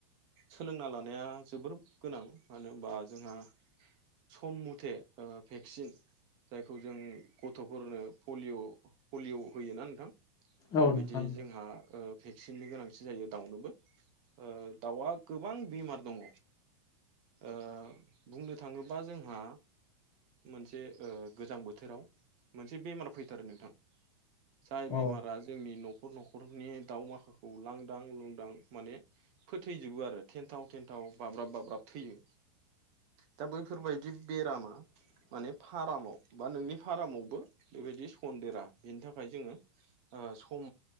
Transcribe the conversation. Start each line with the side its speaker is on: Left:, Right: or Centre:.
Right: सोलोंना लानाया जोबोर गोनां मानो होनबा जोंहा सम मथे ओ भेक्सिन जायखौ जों गथ'फोरनो पलिय' पलिय' होयोना नोंथां?
Left: औ
Right: बेबायदि
Left: नोंथां
Right: जोंहा ओ भेक्सिननि गोनांथि जायो दाउनोबो ओ दाउआ गोबां बेमार दङ। ओ बुंनो थाङोबा जोंहा मोनसे गोजां बोथोराव मोनसे बेमार फैथारो नोंथां। जाय
Left: औ
Right: बेमारा जोंनि न' न'खर न'खरनि दाव माखाखौ लांदां लुंदां माने फोथैजोबो आरो थेन्थाव थेनथाव बाब्राब बाब्राब थैयो दा बैफोरबायदि बेरामा
Left: <unintelligible>
Right: माने फारामाव बा नोंनि फारामावबो बेबायदि सन्देरा बेनि थाखाय जोङो सम